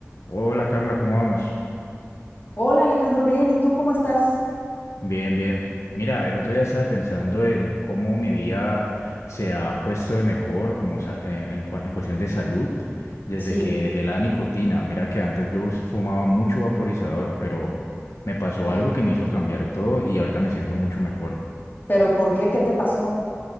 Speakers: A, on the left (about 85°); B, on the left (about 45°).
A: Hola Carla, ¿cómo vamos?
B: Hola Alejandro, bien, ¿y tú cómo estás?
A: Bien, bien. Mira, el otro día estaba pensando en cómo mi vida se ha puesto de mejor como sa- en, en cua- en cuestiones de salud desde
B: Sí,
A: que dejé la nicotina. Mira que antes yo us- fumaba mucho vaporizador, pero me pasó
B: Ah,
A: algo que me hizo cambiar todo y ahorita me siento mucho mejor.
B: pero ¿por qué? ¿Qué te pasó?